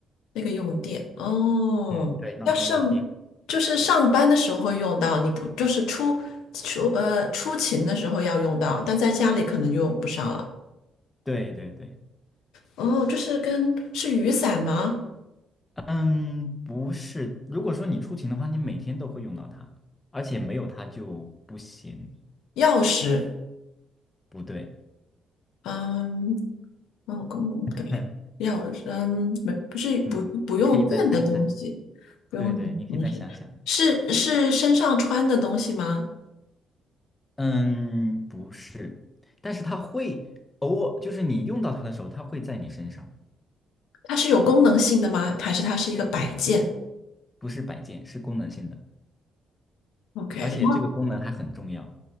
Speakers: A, on the left; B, on the left.
A: 那个用电哦，
B: 嗯，对，闹钟要电。
A: 要上就是上班的时候会用到，你不就是出出呃出勤的时候要用到，但在家里可能就用不上了。
B: 对对对，
A: 哦，就是跟是雨伞吗？
B: 嗯，不是，如果说你出勤的话，你每天都会用到它，而且没有它就不行，
A: 钥匙，
B: 不对，
A: 嗯，哦，公对，
B: <laughs>
A: 钥匙，嗯，不不是不不用电的东西，
B: 嗯，你可以再猜猜，
A: 不用电的东西，
B: 对对，你可以再想想。
A: 是是身上穿的东西吗？
B: 嗯，不是，但是它会偶尔，就是你用到它的时候，它会在你身上，
A: 它是有功能性的吗？还是它是一个摆件
B: 不是摆件，是功能性的，
A: ？OK，
B: 而且这个功能还很重要。